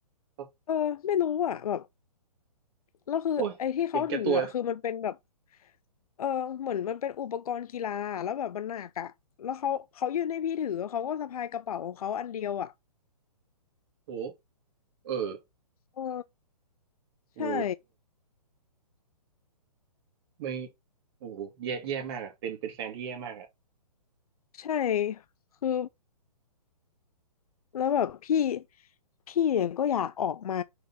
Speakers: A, on the right (about 40°); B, on the left (about 65°).
A: เอ้า
B: เออไม่รู้อ่ะแบบ แล้วคือไอ้ที่เขาถืออ่ะคือมันเป็นแบบ
A: โอ้ยเห็นแก่ตัว
B: เออเหมือนมันเป็นอุปกรณ์กีฬาอะแล้วแบบมันหนักอ่ะแล้วเขาเขายื่นให้พี่ถือเขาก็สะพายกระเป๋าของเขาอันเดียวอ่ะ
A: โอ้โหเออ
B: เออ
A: โอ้
B: ใช่
A: ไม่โอ้แย่แย่มากอ่ะเป็นเป็นแฟนที่แย่มากอ่ะ
B: ใช่คือแล้วแบบพี่พี่เนี่ยก็อยากออกมา